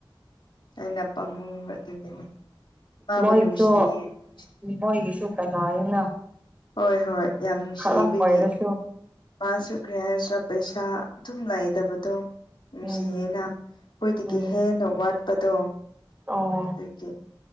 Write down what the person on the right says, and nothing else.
ꯃꯣꯏꯒꯤꯁꯨ
ꯃꯣꯏꯒꯤꯁꯨ ꯀꯅꯥꯅꯤꯅ
ꯈꯔ ꯑꯣꯏꯔꯁꯨ
ꯎꯝ
ꯎꯝ
ꯑꯣ